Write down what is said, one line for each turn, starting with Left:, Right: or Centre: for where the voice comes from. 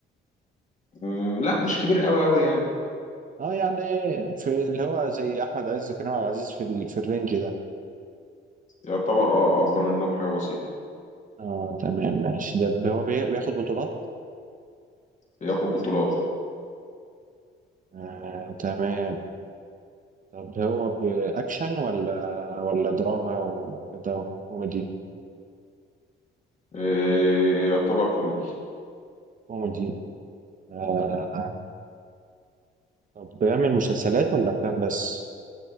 Left: مم، لا مش كبير قوي قوي يعني
Right: اه يعني في اللي هو زي احمد عز كريم عبد العزيز في ال- في الرينج ده
Left: يعتبر اه اكبر منهم حاجة بسيطة
Right: اه تمام ماشي ده هو بي- بياخد بطولات
Left: ياخد بطولات
Right: آه تمام طب هو باكشن ولا ولا دراما وكده كوميدي
Left: إيه يعتبر كوميدي
Right: كوميدي آه طب بيعمل مسلسلات ولا افلام بس